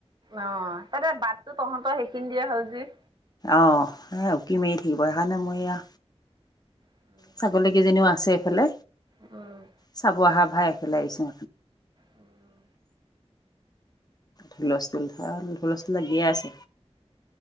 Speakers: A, on the right; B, on the left.
A: অ তাতে বাটটো তহঁতৰ সেইখিনি দিয়ে হ'ল যি
B: অ এ উকি মাৰি থাকিব সেইকাৰণে মই এইয়া
A: উম
B: চাগলী কেইজনীও আছে এইফালে
A: উম
B: চাব অহা ভাই এইফালে আহিছোঁ
A: উম
B: হুলস্থুল ভাল হুলস্থুল লাগিয়ে আছে।